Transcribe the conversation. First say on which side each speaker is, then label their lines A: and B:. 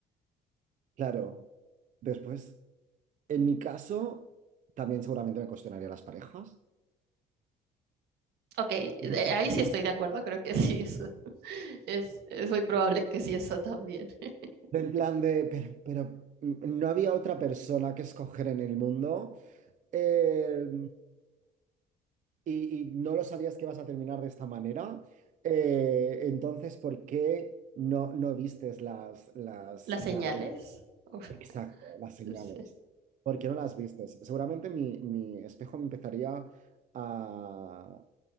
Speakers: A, on the right; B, on the right.
A: claro. Después, en mi caso, también seguramente me cuestionaría las parejas.
B: Ok, de-
A: Exacto.
B: ahí sí estoy de acuerdo, creo que sí, eso <laughs> es, es muy probable que sí, eso también. <laughs>
A: Del plan de, pero, pero mm, no había otra persona que escoger en el mundo. Eh, y, y no lo sabías que ibas a terminar de esta manera, eh, entonces, ¿por qué no, no vistes las, las,
B: Las señales.
A: las red?
B: Uf,
A: Exacto, las señales.
B: sí,
A: ¿Por qué no las vistes? Seguramente mi, mi espejo me empezaría a,